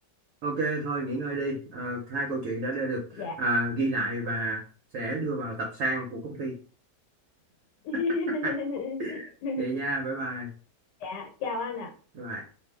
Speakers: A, on the right; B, on the left.
A: ok thôi nghỉ ngơi đi à, hai câu chuyện đã đã được
B: dạ
A: à, ghi lại và sẽ đưa vào tập san của công ty
B: <laughs>
A: <laughs> vậy nha bye bye
B: dạ chào anh ạ
A: Bye.